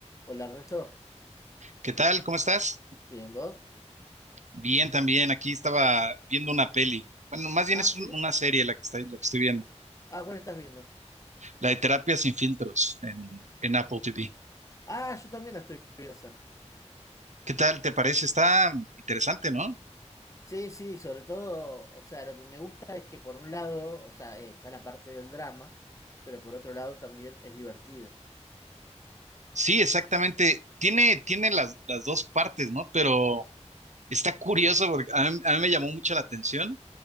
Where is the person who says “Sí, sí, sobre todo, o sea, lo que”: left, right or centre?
Left